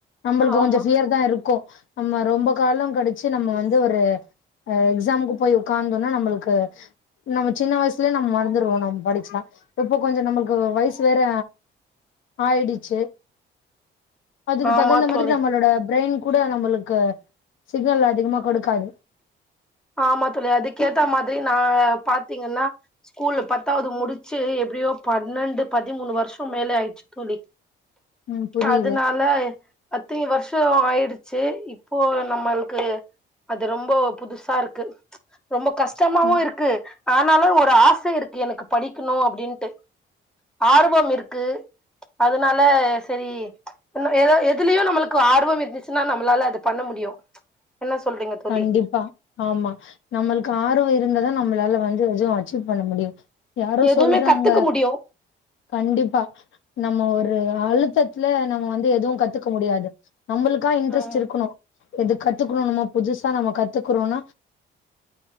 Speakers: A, on the left (about 75°); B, in the centre.
A: நம்புளுக்கு
B: ஆமா
A: கொஞ்சோ ஃபியர்தா இருக்கோ நம்ம ரொம்ப காலோ கழிச்சு நம்ம வந்து ஒரு அ எக்ஸாமுக்கு போய் உக்கந்தோனா நம்புளுக்கு நம்ம சின்ன வய்சுலயே நம்ம மறந்துறுவோ நம் படிச்சா இப்போ கொஞ்சோ நம்முளுக்கு வய்சு வேற ஆயிடுச்சு அதுக்கு
B: ஆமா
A: தகுந்த மாதிரி
B: தோழி
A: நம்பளோட ப்ரெயின் கூட நம்புளுக்கு சிக்னல் அதிகமா கொடுக்காது
B: ஆமா தோழி அதுக்கேத்த மாதிரி நா பாத்தீங்னா ஸ்கூல்ல பத் பத்தாவது முடிச்சு எப்டியோ பன்னெண்டு பதிமூணு வருஷ்ஷோ மேலே ஆயிடுச்சு தோழி
A: ம் புரியுது
B: அதனால அத்தின வருஷ்ஷோ ஆயிடுச்சு இப்போ நம்மள்க் கு அது ரொம்போ புதுசா இருக்கு ரொம்ப கஷ்டமாவு
A: க
B: இருக்கு ஆனாலு ஒரு ஆச இருக்கு எனக்கு படிக்கணோ அப்டின்ட்டு ஆர்வம் இருக்கு அதனால செரி இன்னோ எதாவ எதுலயே நம்புளுக்கு ஆர்வோ இருந்துச்சுன்னா நம்பளால அது பண்ண முடி முடியோ என்ன சொல்றீங்க தோழி
A: கண்டிப்பா ஆமா நம்முளுக்கு ஆர்வோ இருந்ததா நம்மளால வந்து எதையு அச்சீவ் பண்ண முடியோ யாரோ
B: எதுவுமே
A: சொல்றாங்க
B: கத்துக்க முடியு
A: கண்டிப்பா நம்ம ஒரு அழுத்தத்து இதுல நம்ம வந்து எதுவு கத்துக்க முடியாது நம்புளுக்கா இன்ட்ரெஸ்ட்
B: ஆமா
A: இருக்கணோ எது கத்துக்கணோமோ புதுசா நம்ம கத்துக்குறோனா